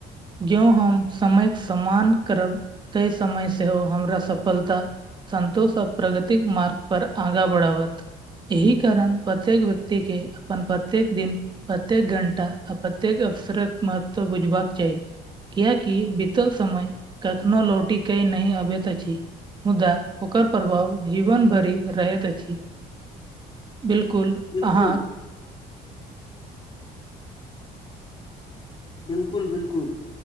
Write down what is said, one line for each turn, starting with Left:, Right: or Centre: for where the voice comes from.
Right: ज्यों हम समयके सम्मान करब तय समय सेहो हमरा सफलता संन्तोष आ प्रगतिक मार्ग पर आगाँ बढ़ावत, एहि कारण प्रत्येक व्यक्ति के अपन प्रत्येक दिन प्रत्येक घंटा आ प्रत्येक अवसरक महत्व बुझबाक चाही। कियाकि बीतल समय कखनो लौटी कऽ नहि अबैत अछि। मुद्दा ओकर प्रभाव जीवन भरि रहैत अछि बिल्कुल।
Left: बिल्कुल।
Right: अहाँक
Left: बिल्कुल बिल्कुल।